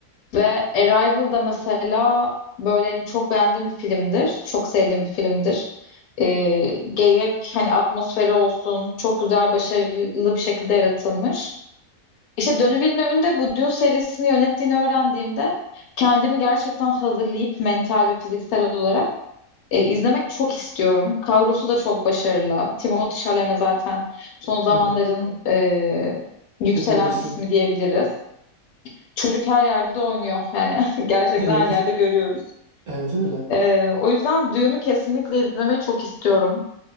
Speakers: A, on the left (about 75°); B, on the right (about 60°).
A: Ve Arrival da mesela böyle hani çok beğendiğim bir filmdir. Çok sevdiğim bir filmdir. Ee, gerek hani atmosferi olsun çok güzel başarılı bir şekilde yaratılmış. İşte Denis Villeneuve'ün de bu Dune serisini yönettiğini öğrendiğimde kendimi gerçekten hazırlayıp mental ve fiziksel olarak e, izlemek çok istiyorum. Kadrosu da çok başarılı. Timothée Chalamet zaten son zamanların
B: Tabii.
A: e, yükselen
B: Popüler ismi.
A: ismi diyebiliriz. Çocuk her yerde oynuyor yani <laughs> gerçekten
B: <laughs> Evet.
A: her yerde görüyoruz.
B: Evet öyle.
A: Ee, o yüzden Dune'u kesinlikle izlemeyi çok istiyorum.